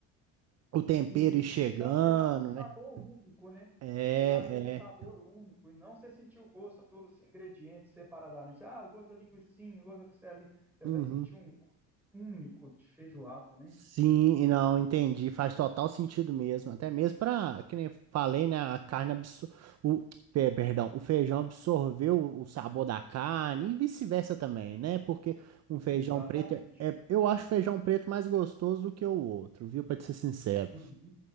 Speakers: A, on the right; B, in the centre.
A: o tempero
B: E isso,
A: ir chegando,
B: virar, virar um sabor
A: né?
B: único, né?
A: É,
B: Virar aquele sabor
A: é.
B: único e não você sentir o gosto dos ingredientes separadamente. Ah, o gosto da linguicinha, o gosto da costelinha. Você
A: Uhum.
B: vai sentir um gosto único de feijoada, né?
A: Sim, e não, entendi. Faz total sentido mesmo. Até mesmo pra, que nem eu falei, né? A carne absor... o, pe- perdão, o feijão absorveu o sabor da carne e vice-versa também, né? Porque um feijão
B: Exatamente.
A: preto é, eu acho o feijão preto mais gostoso do que o outro, viu? Pra te ser sincero.
B: Uhum.